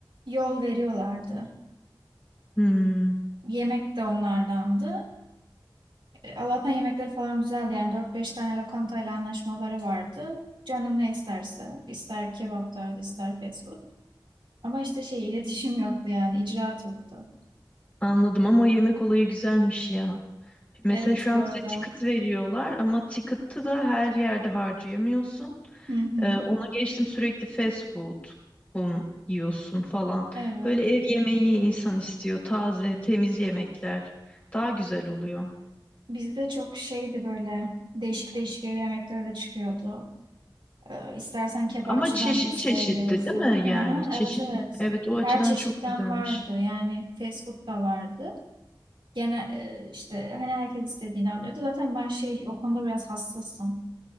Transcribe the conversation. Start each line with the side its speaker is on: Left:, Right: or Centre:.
Right: yol veriyorlardı.
Left: Hmm,
Right: Yemek de onlardandı. E, Allah'tan yemekleri falan güzeldi. Yani dört beş tane lokantayla anlaşmaları vardı. Canın ne isterse. ister kebap tarzı, ister fast food. Ama işte şey iletişim <laughs> yoktu yani. icraat yoktu.
Left: anladım ama o yemek olayı güzelmiş ya. Mesela
Right: Evet
Left: şu
Right: bu
Left: an
Right: arada.
Left: bize ticket veriyorlar ama ticket'ı da her yerde harcayamıyorsun.
Right: Hı hı.
Left: Ee, ona geçtim sürekli fast food bun, yiyorsun falan.
Right: Evet.
Left: Böyle ev yemeği insan istiyor. Taze, temiz yemekler daha güzel oluyor.
Right: Bizde çok şeydi böyle değişik değişik ev yemekleri de çıkıyordu. Ee, istersen kebapçıdan
Left: Ama çeşit
Right: da söylüyorsun.
Left: çeşitti değil mi? Yani
Right: Hı hı.
Left: çeşit.
Right: Evet evet.
Left: Evet o açıdan
Right: Her çeşitten
Left: çok güzelmiş.
Right: vardı. Yani fast food da vardı. Gene e, işte hani herkes istediğini alıyordu. Zaten ben şey o konuda biraz hassasım.